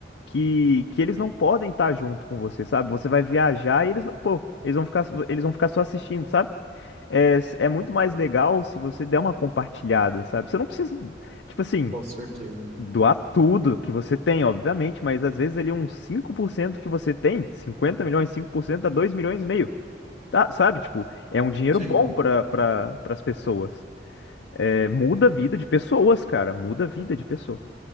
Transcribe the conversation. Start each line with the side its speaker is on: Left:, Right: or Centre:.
Left: que, que eles não podem estar junto com você, sabe? Você vai viajar e eles, pô, eles vão ficar, eles vão ficar só assistindo, sabe? É, s- é muito mais legal se você der uma compartilhada, sabe? Você não precisa, tipo assim,
Right: com certeza.
Left: doar tudo que você tem, obviamente, mas às vezes ali uns 5% que você tem, 50 milhões, 5% dá 2 milhões e meio, tá? Sabe? Tipo, é um dinheiro
Right: Sim.
Left: bom para para as pessoas. É, muda a vida de pessoas, cara, muda a vida de pessoas.